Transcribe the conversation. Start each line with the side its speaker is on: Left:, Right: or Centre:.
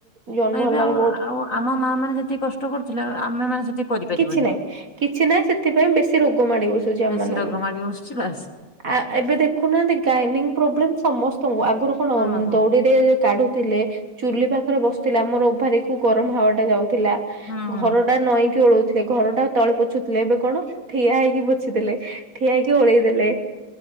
Right: ଜନ୍ମ
Left: କହିବେ
Right: ହେଲା
Left: ଆଉ
Right: ବେଳେ ବହୁତ
Left: ଆଉ ଆମ ମା ମାନେ ଯେତିକି କଷ୍ଟ କରୁଥିଲେ ଆମେ ମାନେ ସେତିକି କରିପାରିବୁନି।
Right: କିଛି ନାହିଁ କିଛି ନାହିଁ ସେଥିପାଇଁ ବେଶୀ ରୋଗ ମାଡି ବସୁଛି ଆମମାନଙ୍କୁ
Left: ବେଶୀ ରୋଗ ମାଡି ବସୁଛି ବାସ୍
Right: ଆ ଏବେ ଦେଖ ଦେଖୁନାହାନ୍ତି ଗାଇନିଙ୍ଗ ପ୍ରବଲମ ସମସ୍ତଙ୍କୁ ଆଗରୁ କଣ
Left: ସମସ୍ତଙ୍କୁ
Right: ଦଉଡିରେ କାଢୁଥିଲେ ଚୁଲି ପାଖରେ ବସିଥିଲା, ଆମର ଓଭାରି କୁ ଗରମ ହାୱା ଟା ଯାଉଥିଲା
Left: ହୁଁ ହୁଁ
Right: ଘର ଟା ନଈକି ଓଳଉଥିଲା ଘର ଟା ତଳେ ପୋଛୁଥିଲେ ଏବେ କଣ ଠିଆ ହେଇକି ପୋଛି ଦେଲେ ଠିଆ ହେଇକି ଓଳେଇ ଦେଲେ